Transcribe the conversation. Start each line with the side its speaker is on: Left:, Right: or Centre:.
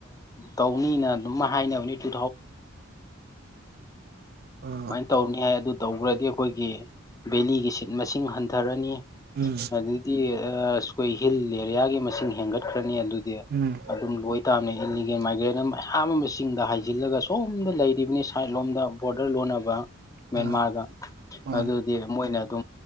Left: ꯇꯧꯅꯤꯅ ꯑꯗꯨꯃ ꯍꯥꯏꯅꯕ ꯋꯤꯗ
Right: ꯑꯥ
Left: ꯇꯅꯤ ꯍꯥꯏ ꯇꯧꯕ꯭ꯔꯗꯤ ꯑꯩꯈꯣꯏꯒꯤ ꯕꯦꯂꯤꯒꯤ ꯁꯤꯠ ꯃꯁꯤꯡ ꯍꯟꯊꯔꯅꯤ
Right: ꯎꯝ
Left: ꯑꯗꯨꯩꯗꯤ ꯈꯣꯏ ꯍꯤꯜ ꯑꯦꯔꯤꯌꯥꯒꯤ ꯃꯁꯤꯡ ꯍꯦꯟꯒꯠꯈ꯭ꯔꯅꯤ ꯑꯗꯨꯗꯤ
Right: ꯎꯝ
Left: ꯑꯗꯨꯝ ꯂꯣꯏ ꯇꯥ ꯏꯂꯤꯒꯦꯜ ꯃꯥꯏꯒ꯭ꯔꯦꯟ ꯑꯃ ꯃꯌꯥꯝ ꯑꯃꯁꯤꯡꯗ ꯍꯥꯏꯖꯤꯜꯂꯒ ꯁꯣꯝꯗ ꯂꯩꯔꯤꯕꯅꯤ ꯁꯥꯏꯠ ꯂꯣꯝꯗ ꯕꯣꯔꯗꯔ ꯂꯣꯟ ꯃꯦꯟꯃꯥꯔ
Right: ꯑꯥ ꯃꯥꯅꯤ
Left: ꯑꯗꯨ ꯃꯣꯏꯅ ꯑꯗꯨ